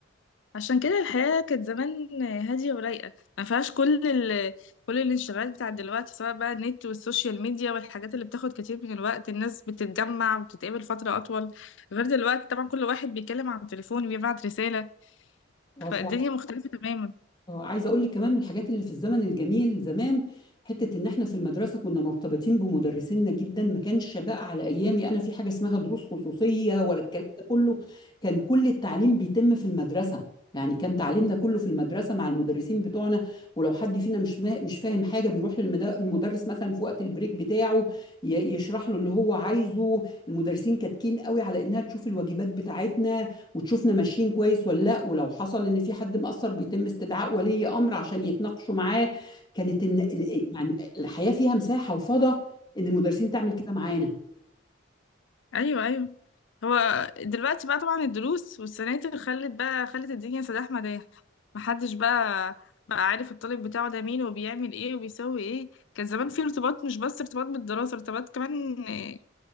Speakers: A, on the left (about 70°); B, on the left (about 20°).
A: عشان كده الحياه كانت زمان هاديه ورايقه ما فيهاش كل ال... كل الانشغالات بتاعت دلوقتي سواء بقى النت والسوشيال ميديا والحاجات اللي بتاخد كتير من الوقت الناس بتتجمع وبتتقابل فتره اطول غير دلوقتي طبعا كل واحد بيتكلم عن التليفون وبيبعت رساله
B: اه
A: فالدنيا مختلفه تماما
B: اه عايزه اقول لك كمان من الحاجات اللي في الزمن الجميل زمان حته ان احنا في المدرسه كنا مرتبطين بمدرسينا جدا ما كانش بقى على ايامي انا في حاجه اسمها دروس خصوصيه ولا الكلام ده كله كان كل التعليم بيتم في المدرسه يعني كان تعليمنا كله في المدرسه مع المدرسين بتوعنا ولو حد فينا مش ما مش فاهم حاجه بيروح للمدرس مثلا في وقت البريك بتاعه ي- يشرح له اللي هو عايزه المدرسين كاتكين قوي على انها تشوف الواجبات بتاعتنا وتشوفنا ماشيين كويس ولا لا ولو حصل ان في حد مقصر بيتم استدعاء ولي امر عشان يتناقشوا معاه كانت إن يعني الحياه فيها مساحه وفضاء ان المدرسين تعمل كده معانا
A: ايوه ايوه هو دلوقتي بقى طبعا الدروس والسناتر خلت بقى خلت الدنيا سداح مداح محدش بقى بقى عارف الطالب بتاعه ده مين وبيعمل ايه وبيسوي ايه كان زمان في ارتباط مش بس ارتباط بالدراسة ارتباط كمان آه،